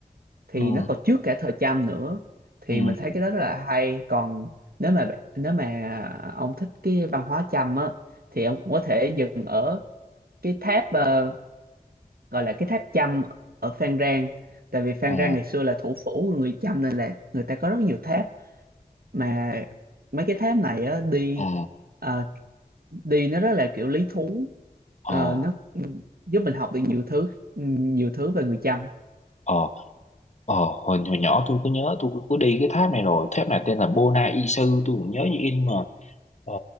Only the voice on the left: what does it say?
ừ
ừ
ờ
ờ
ờ
ờ Ờ, hồi, hồi nhỏ tôi có nhớ tôi có đi cái tháp này rồi tháp này tên là Bona Y Sư tôi cũng nhớ như in mà ờ,